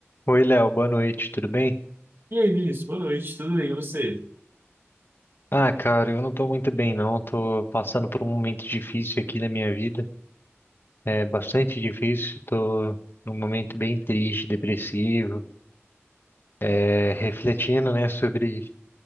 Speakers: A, on the left; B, on the right.
A: Oi, Léo, boa noite, tudo bem?
B: E aí, Vinícius, boa noite, tudo bem, e você?
A: Ah, cara, eu não tô muito bem, não. Tô passando por um momento difícil aqui na minha vida. É bastante difícil, tô num momento bem triste, depressivo, é, refletindo, né, sobre